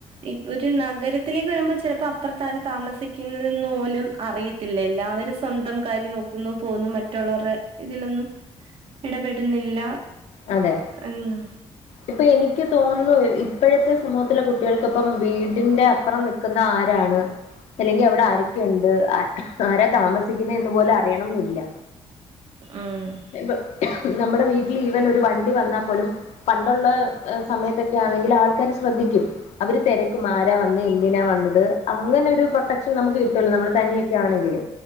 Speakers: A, on the right; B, on the left.
A: ഇപ്പൊരു നഗരത്തിലേക്ക് വരുമ്പോൾ ചെലപ്പോ അപ്പുറത്താരാ താമസിക്കുന്നതെന്ന് പോലും അറിയ ഇല്ലല്ല. അവര് സ്വന്തം കാര്യം നോക്കുന്നു പോകുന്നു. മറ്റ്ള്ളവര്ടെ ഇതിലൊന്നും എടപെട്ന്നില്ല
B: അതെ
A: എന്ന്
B: ഇപ്പൊ എനിക്ക് തോന്നുന്നു ഇപ്പോഴത്തെ സമൂഹത്തിലെ കുട്ടികൾക്ക ഇപ്പം വീടിന്റെ അപ്പുറം നി നിക്കുന്ന ആരാണ് അല്ലെങ്കിൽ അവിടെ ആരൊക്കെയുണ്ട് ആരാ താമസിക്കുന്നത് എന്ന് പോലും അറിയണംന്നില്ല
A: ഉം
B: ഇപ്പൊ നമ്മുടെ വീട്ടിലീവൻ ഒരു വണ്ടി വന്നാപോലും പണ്ടുള്ള സമയത്തൊക്കെയാണെങ്കിൽ ആൾക്കാര് ശ്രദ്ധിക്കും അവര് തെര മര വന്ന യെന്തിനാ വന്നത് അങ്ങനെ ഒരു പ്രൊട്ടക്ഷൻ നമുക്ക് കിട്ടല്ലോ നമ്മള് തനിയൊക്കെ ആണെങ്കില്